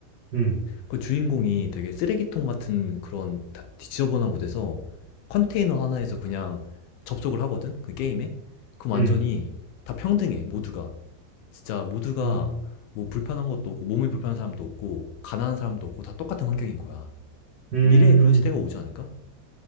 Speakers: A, on the right; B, on the left.
A: 음,
B: 그 주인공이 되게 쓰레기통 같은 그런 다- 지저분한 곳에서 컨테이너 하나에서 그냥 접속을 하거든? 그 게임에? 그럼 완전히
A: 음,
B: 다 평등해, 모두가. 진짜 모두가
A: 음,
B: 뭐 불편한 것도 없고, 몸이 불편한 사람도 없고, 가난한 사람도 없고, 다 똑같은 환경인 거야.
A: 음,
B: 미래에 그런 시대가 오지 않을까?